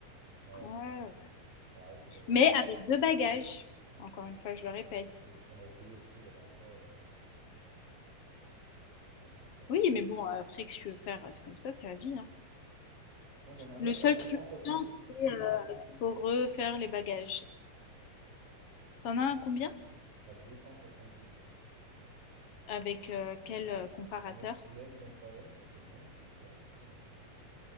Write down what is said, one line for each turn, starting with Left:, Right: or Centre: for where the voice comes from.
Right: Ouais,
Left: Ouais,
Right: ouais.
Left: ouais.
Right: Ça reste euh,
Left: Mais
Right: un peu choquant.
Left: avec deux bagages, encore une fois, je le répète.
Right: Mais c'est ce qu'on avait payé aussi la dernière fois. euh, Ouais, je sais pas.
Left: Oui, mais bon, après, que tu veux faire, euh, c'est comme ça, c'est la vie, hein.
Right: Moi, j'en ai un
Left: Le
Right: autre
Left: seul
Right: à 270.
Left: truc chiant, pour refaire les bagages. T'en as un combien?
Right: À 270.
Left: Avec euh, quel euh, comparateur?
Right: 9 p.m., 9 a.m. C'est le même, c'est bizarre. Pourquoi il est moins cher?